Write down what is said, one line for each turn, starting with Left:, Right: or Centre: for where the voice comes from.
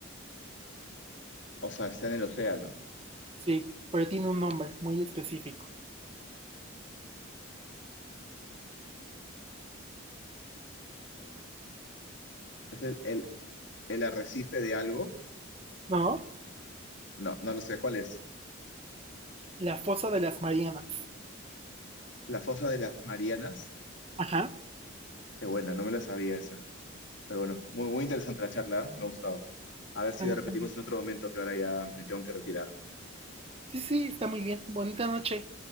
Left: o sea, está en el océano.
Right: Sí. Pero tiene un nombre muy específico.
Left: ¿Es el, el, el arrecife de algo?
Right: ¿No?
Left: No, no lo sé, ¿cuál es?
Right: La fosa de las Marianas.
Left: ¿La fosa de las Marianas?
Right: Ajá.
Left: Qué buena, no me la sabía esa. Pero bueno, muy, muy interesante la charla, ¿eh? Me ha gustado. A ver si
Right: A mí
Left: la repetimos
Right: también.
Left: en otro momento, que ahora ya me tengo que retirar.
Right: Sí, sí, sí, está muy bien. Bonita noche.